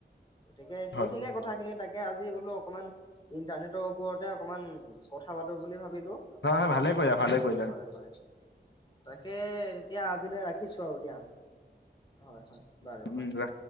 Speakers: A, on the left; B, on the left.
A: গতিকে সেইখিনিয়ে
B: হয়
A: কথা খিনি তাক, আজি বোলো অকমান ইন্টাৰনেটৰ ওপৰতে অকমান কথা পাতো বুলি ভাবিলো
B: হয় ভালে কৰিলা ভালে কৰিলা
A: হয় হয়। তাকে এতিয়া আজিলে ৰাখিছো আৰু দিয়া। হয় হয়! বাৰু
B: উম
A: বাৰু